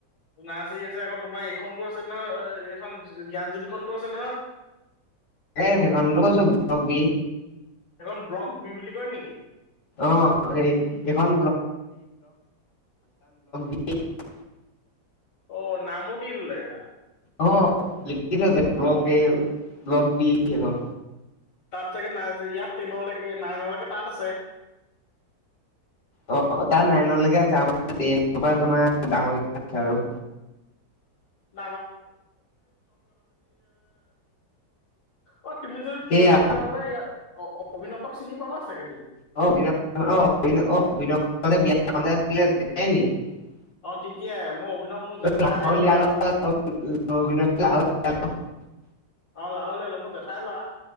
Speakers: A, on the left; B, on the left.
A: নাৰ্চাৰী আছে আকৌ তোমাৰ এইখনতো আছে নহয় এইখন জ্ঞানজ্যোতিখনতো আছে নহয়।
B: তাকে সেইখনত কৈছো বি।
A: এখন ব্লক বি বুলি কয় নেকি?
B: অ সেই এইখন <unintelligible>
A: অ নামো দি ল'লে।
B: অ লিখি থৈছে
A: অ
B: ব্লগ এ ব্লগ বি সেখন।
A: তাত চাগে নাৰ্চাৰী ইয়াত টেনলৈকে নাইনলৈকে তাত আছে।
B: অ তাত নাইনলৈকে আছে আৰু টেইনৰ পৰা তোমাৰ ডাঙৰ কেইটা তাত আছে আৰু।
A: <unintelligible> অ তুমি যদি
B: সেইয়া
A: টুৱেলভত টেলভ ইয় অভিনৱক চিনি পাবা চাগে তুমি।
B: <unintelligible>
A: অ তেতিয়াই মোৰ অভিনৱ মোৰ জেঠাই
B: লাহৰ
A: ল'ৰা।
B: লিয়াৰ <unintelligible>
A: অ লাহুলীল মোৰ জেঠাই লোৱা।